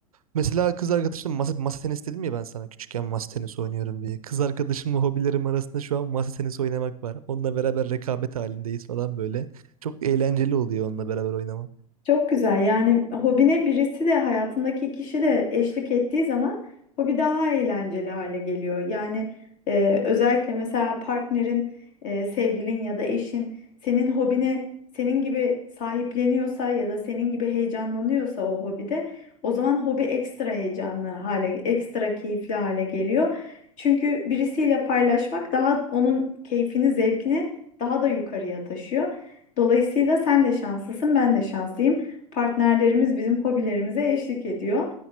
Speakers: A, on the right; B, on the left.
A: mesela kız arkadaşımla masa, masa tenisi dedim ya ben sana küçükken masa tenisi oynuyorum diye. Kız arkadaşımla hobilerim arasında şu an masa tenisi oynamak var. Onunla beraber rekabet halindeyiz falan böyle. Çok eğlenceli oluyor onunla beraber oynamak.
B: Çok güzel. Yani hobine birisi de hayatındaki kişi de eşlik ettiği zaman hobi daha eğlenceli hale geliyor. Yani e, özellikle mesela partnerin, e, sevgilin ya da eşin senin hobine senin gibi sahipleniyorsa ya da senin gibi heyecanlanıyorsa o hobide o zaman hobi ekstra heyecanlı hale, ekstra keyifli hale geliyor. Çünkü birisiyle paylaşmak daha onun keyfini, zevkini daha da yukarıya taşıyor. Dolayısıyla sen de şanslısın, ben de şanslıyım. Partnerlerimiz bizim hobilerimize eşlik ediyor.